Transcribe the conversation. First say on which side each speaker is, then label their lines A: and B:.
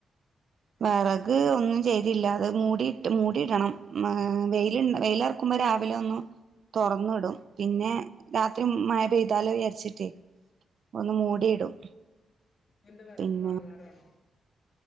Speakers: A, on the right; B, on the left.
A: വിറക് ഒന്നും ചെയ്തില്ല അത് മൂടിട്ട് മൂടിടണം മ് വെയിലു വെയിലിറക്കുമ്പോ രാവിലെ ഒന്ന് തുറന്നിടും പിന്നെ രാത്രി മഴ പെയ്താലോ വിചാരിച്ചിട്ടേ ഒന്ന് മൂടിയിടും
B: എന്താ വിറക്
A: പിന്നെ
B: വാങ്ങാറാണോ